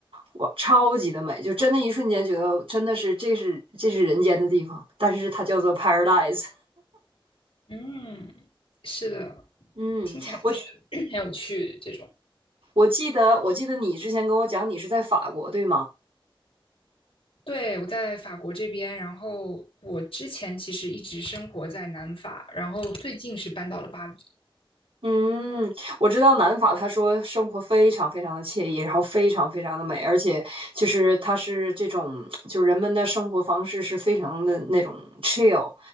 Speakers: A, on the right; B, on the left.
A: 哇，超级的美，就真的一瞬间觉得真的是这是这是人间的地方，但是它叫做 paradise。
B: 嗯，是的，
A: 嗯，
B: 听起来就是
A: 我
B: <coughs> 很有趣这种。
A: 我记得我记得你之前跟我讲你是在法国对吗？
B: 对，我在法国这边，然后我之前其实一直生活在南法，然后最近是搬到了巴黎。
A: 嗯，我知道南法，他说生活非常非常的惬意，然后非常非常的美，而且就是它是这种，就是人们的生活方式是非常的那种 chill，